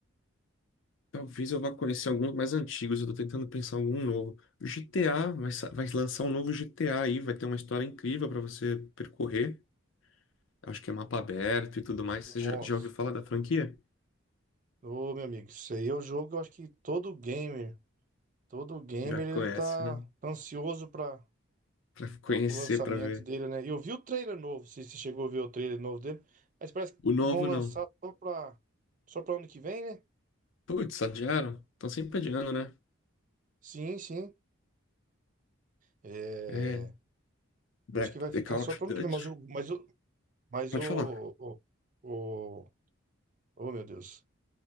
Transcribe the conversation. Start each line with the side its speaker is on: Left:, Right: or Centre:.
Left: Talvez eu vá conhecer alguns mais antigos, eu tô tentando pensar em algum novo. O GTA, vai, sa- vai lançar um novo GTA aí, vai ter uma história incrível pra você percorrer. Acho que é mapa aberto e tudo mais.
Right: Nossa.
Left: Você já, já ouviu falar da franquia?
Right: Ô, meu amigo, isso aí é o jogo, eu acho que todo gamer, todo gamer,
Left: Já conhece,
Right: ele tá
Left: né? <laughs>
Right: tá ansioso pra,
Left: Pra conhecer,
Right: pra, pro lançamento
Left: pra ver.
Right: dele, né? Eu vi o trailer novo, se você chegou a ver o trailer novo dele, mas parece
Left: O novo
Right: que vão lançar
Left: não.
Right: só pra, só pra ano que vem, né?
Left: Putz, adiaram? Estão sempre adiando, né?
Right: Sim, sim. É,
Left: É. Black,
Right: eu acho que vai
Left: The
Right: ficar
Left: Call
Right: só
Left: of
Right: para
Left: Duty.
Right: ano que vem, mas o, mas o, mas
Left: Pode
Right: o,
Left: falar.
Right: o, o- oh meu Deus,